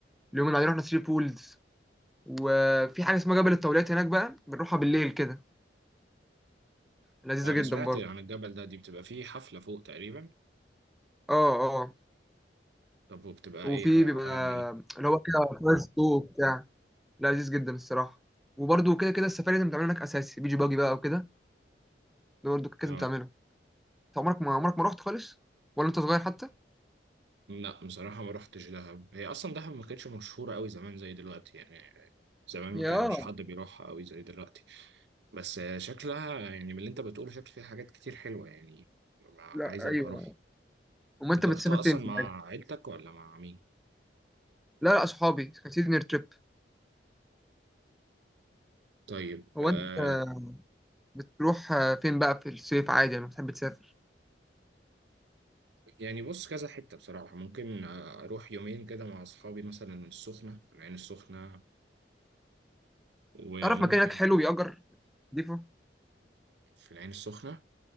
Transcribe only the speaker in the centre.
اليوم اللي بعدين رحنا ثري بولز وفي حاجة اسمها جبل الطاولات هناك بقى بنروحها بالليل كده لذيذة
جدا
برضه
اه اه
وفي
بيبقى
اللي هو كده فاير سلو بتاع لذيذ جدا الصراحه وبرده كده كده السفاري لازم تعمل هناك اساسي بيجي باجي بقى وكده ده برده لازم
تعمله انت عمرك ما عمرك ما رحت خالص ولا انت صغير حتى
يا
لا
ايوه
امال انت
بتسافر
فين
في
العادي؟
لا لا صحابي كان سيزنير تريب
هو
انت آه، بتروح آه، فين بقى في الصيف عادي لما بتحب تسافر
تعرف مكان هناك حلو بيأجر نضيفه